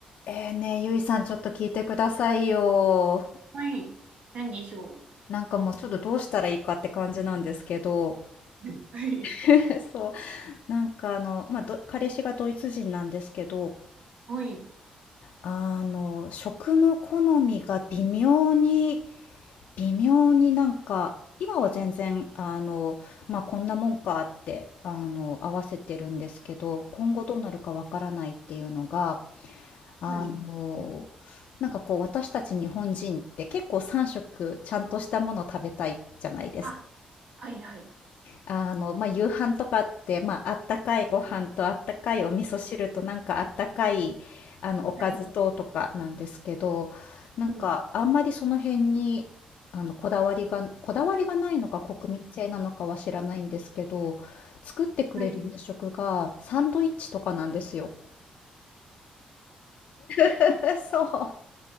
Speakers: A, on the left (about 70°); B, on the right (about 55°).
A: えーね、ゆいさんちょっと聞いてくださいよ。
B: はい。何でしょう。
A: なんかもうちょっとどうしたらいいかって感じなんですけど。
B: <laughs> はい。
A: <laughs> そう。なんかあの、まあ、ど彼氏がドイツ人なんですけど、
B: はい。
A: あの、食の好みが微妙に、微妙になんか、今は全然、あの、まあ、こんなもんかって、あの、合わせてるんですけど、今後どうなるかわからないっていうのが、あの、
B: はい。
A: なんかこう私たち日本人って結構3食ちゃんとしたもの食べたいじゃないですか。
B: あ、はい、はい。
A: あの、まあ、夕飯とかって、まあ、あったかいご飯とあったかいお味噌汁となんかあったかい、あの、おかずととかなんですけど、
B: はい。
A: なんかあんまりその辺に、
B: はい。
A: あの、こだわりが、こだわりがないのか国民性なのかは知らないんですけど、作ってくれる夕食がサンドイッチとかなんですよ。
B: はい。
A: <laughs> そう、